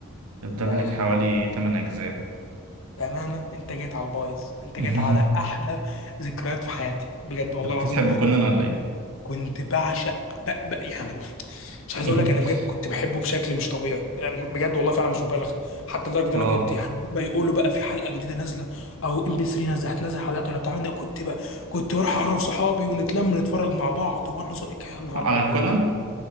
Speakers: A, on the right; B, on the left.
A: الدبلج
B: آه،
A: حوالي تمن أجزاء
B: بأمانة أنت جيت على البايظ أنت
A: <laughs>
B: جيت على أحلى
A: أنت
B: ذكريات في حياتي بجد والله
A: كنت
B: العظيم
A: بتحب كونان ولا إيه؟
B: كنت بعشق ب... ب... يعني بص، مش عايز
A: <laughs>
B: أقول لك أنا بجد كنت بحبه بشكل مش طبيعي يعني بجد والله فعلا مش مبالغة حتى لدرجة إن أنا
A: اه
B: كنت يعني ما يقولوا بقى في حلقة جديدة نازلة أو إم بي 3 نازلة هتنزل حلقات ولا بتاع من ده كنت بقى كنت بروح أعرف صحابي ونتلم نتفرج مع بعض وأنا ص- يا نهار
A: على
B: أبيض
A: كونان؟